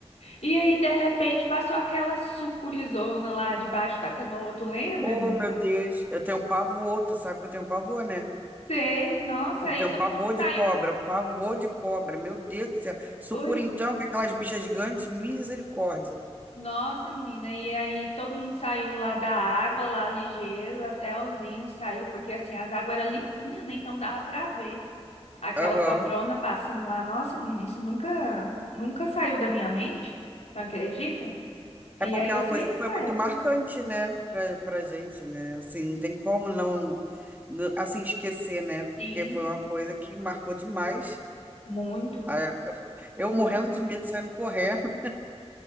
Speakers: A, on the left (about 80°); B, on the right (about 15°).
A: E aí, de repente, passou aquela sucurizona lá debaixo da canoa, tu lembra,
B: Oh,
A: menina?
B: meu Deus, eu tenho um pavor, tu sabe que eu tenho um pavor, né?
A: Sei, nossa,
B: Eu tenho
A: e todo
B: um pavor
A: mundo saiu.
B: de cobra, um pavor de cobra, meu Deus do céu. Sucura
A: Pois,
B: então, que aquelas bichas gigantes, misericórdia.
A: nossa, menina, e aí todo mundo saiu lá da água, lá ligeiro, até os índios saiu, porque assim, as águas eram limpinhas, né? Então dava pra ver aquela
B: Aham.
A: cobrona passando lá. Nossa, menina, isso nunca, nunca saiu da minha mente, tu acredita?
B: É
A: E
B: porque
A: aí eu
B: é uma
A: saí
B: coisa
A: dessa
B: que foi muito
A: época.
B: marcante, né, pra, pra gente, né? Assim, não tem como não, não- assim, esquecer, né? Porque
A: Sim,
B: foi uma coisa que marcou demais.
A: muito.
B: Ah, Eu
A: Não.
B: morrendo de medo, saindo correndo.